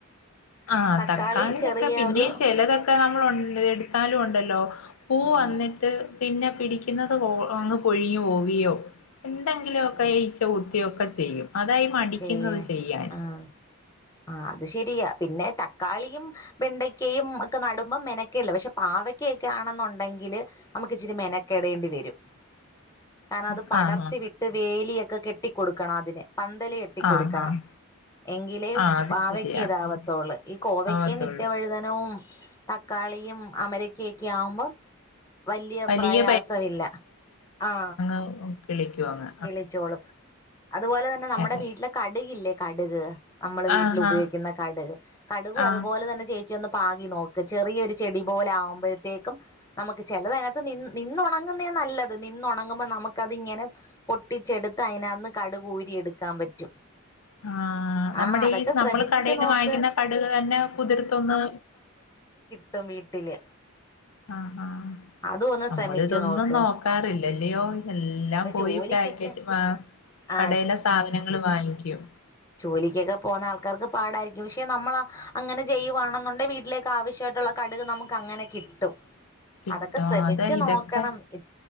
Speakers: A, on the left; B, on the left.
A: ആ
B: തക്കാളി
A: തക്കാളിയൊക്കെ
B: ചെറിയ
A: പിന്നെയും
B: ഒരു
A: ചെലതൊക്കെ ഒക്കെ നമ്മള് ഉണ്ടല്ലോ എടുത്താലും ഉണ്ടല്ലോ പൂ
B: ഉം
A: വന്നിട്ട് പിന്നെ പിടിക്കുന്നത് കൊ അങ്ങ് പൊഴിഞ്ഞു പോവിയോ എന്തെങ്കിലുമൊക്കെ
B: ഉം
A: ഈച്ച കു ത്തുകയോ ഒക്കെ ചെയ്യും അതായി മടിക്കുന്നത്
B: ചെയ്യ
A: ചെയ്യാൻ
B: ആഹ് ആ അത് ശരിയാ പിന്നെ തക്കാളിയും വെണ്ടയ്ക്കയും ഒക്കെ നടുമ്പം മെനക്കേല്ല പക്ഷേ പാവക്കൊക്കെ ആണെന്നുണ്ടെങ്കില് നമുക്ക് ഇച്ചിരി മെനക്കെടേണ്ടി വരും
A: <inaudible>
B: കാരണം അത് പടർത്തി
A: ആഹ്
B: വിട്ട് വേലിയൊക്കെ കെട്ടിക്കൊടുക്കണം അതിന് പന്തല് കെട്ടി
A: ആഹ്
B: കൊടുക്കണം
A: ആഹ് ആഹ്
B: എങ്കിലെ
A: ആഹ് അത്
B: പാവക്ക
A: ശരിയാ
B: ഇതാവത്തോള്ളൂ
A: ഉം.
B: ഈ കോവക്കയും
A: ആവത്തുള്ളൂ
B: നിത്യവഴുതന നവും തക്കാളിയും അമരക്കൊക്കെ ആവുമ്പോ വല്ല്യ
A: വലിയ
B: പ്രയാസമില്ല ആ
A: ഉം കിളിക്കുവോന്ന്
B: കിളിച്ചോളും അതുപോലെ തന്നെ നമ്മുടെ
A: അതെ
B: വീട്ടിലെ കടുകില്ലേ കടുക് നമ്മള് വീട്ടിൽ
A: ആഹ്
B: ഉപയോഗിക്കുന്ന
A: ആഹ്
B: കടുക് കടുകും
A: ആഹ്
B: അതുപോലെ തന്നെ ചെ ചെന്ന് പാകി നോക്ക് ചെറിയൊരു ചെടി പോലെ ആകുമ്പോഴത്തേക്കും നമുക്ക് ചിലതിനകത്ത് നി നിന്നുണങ്ങുന്നേ നല്ലത് നിന്നുണങ്ങുമ്പോ നമുക്കത് ഇങ്ങനെ പൊട്ടിച്ചെടുത്ത് അതിനകന്ന് കടുക് ഊരി എടുക്കാൻ പറ്റും
A: ആഹ് ആഹ് നമ്മുടെ
B: ആ അതൊക്കെ
A: ഈ നമ്മള്
B: ശ്രമിച്ചു
A: കടയെന്നു
B: നോക്ക്
A: വാങ്ങിക്കുന്ന കടക് തന്നെ കുതിർത്തൊന്ന്
B: ട്ടും വീട്ടില്
A: ആഹ് ഹാ
B: അതും ഒന്ന്
A: നമ്മള്
B: ശ്രമിച്ചു
A: ഇതൊന്നും
B: നോക്ക്
A: നോക്കാറില്ലല്ലയോ എല്ലാം
B: അപ്പൊ
A: പോയി
B: ജോലിക്കൊക്കെ
A: പാ ക്കറ്റായിറ്റ്
B: ആ
A: കടയിലെ സാധനങ്ങൾ വാങ്ങിക്കും
B: ജോലിക്കെക്കെ പോകുന്ന ആൾക്കാർക്ക് പാടായിരിക്കും പക്ഷേ നമ്മളാ അങ്ങനെ ചെയ്യുവാണെന്നുണ്ടേ വീട്ടിലേക്ക് ആവശ്യമായിട്ടുള്ള കടുക് നമുക്ക് അങ്ങനെ കിട്ടും
A: കിട്ടോ
B: അതൊക്കെ ശ്രമിച്ച്
A: അതാ ഇതൊക്കെ
B: നോക്കണം ഇ